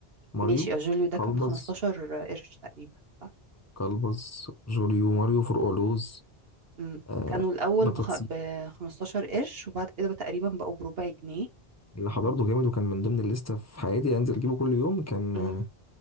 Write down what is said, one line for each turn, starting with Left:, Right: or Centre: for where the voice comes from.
Left: ماريو
Right: ماشي اجوليو ده
Left: كلبز
Right: كان ب 15 قرش تقريبا صح
Left: كلبز جوليو ماريو فرقعلوز
Right: امم
Left: آه
Right: كانوا الاول
Left: بطاطسي
Right: بخ... ب 15 قرش وبعد كده بقى تقريبا بقوا بربع جنيه
Left: اللي حضرته جامد وكان من ضمن الليسته في حياتي انزل اجيبه كل يوم كان
Right: امم